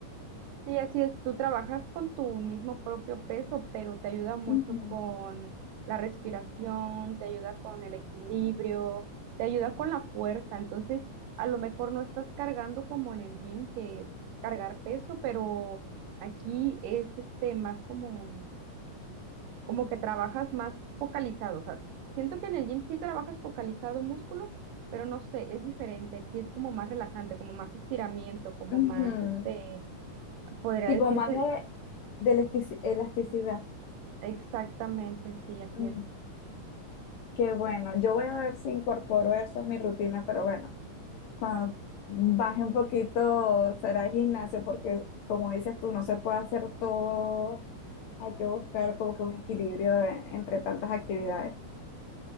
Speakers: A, on the right; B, on the left.
A: Sí, así es. Tú trabajas con tu mismo propio peso, pero te ayuda mucho
B: Ujú,
A: con la respiración, te ayuda con el equilibrio, te ayuda con la fuerza. Entonces, a lo mejor no estás cargando como en el gym, que es cargar peso, pero aquí es este más como, como que trabajas más focalizado. O sea, siento que en el gym sí trabajas focalizado músculo, pero no sé, es diferente. Aquí es como más relajante, como más estiramiento, como
B: ujú.
A: más este, podría
B: Sí,
A: decirse.
B: como más de, de elastic- elasticidad.
A: Exactamente, sí, así
B: Mm,
A: es.
B: qué bueno, yo voy a ver si incorporo eso en mi rutina, pero bueno. Cuando baje un poquito será el gimnasio, porque como dices tú, no se puede hacer todo. Hay que buscar como que un equilibrio en- entre tantas actividades.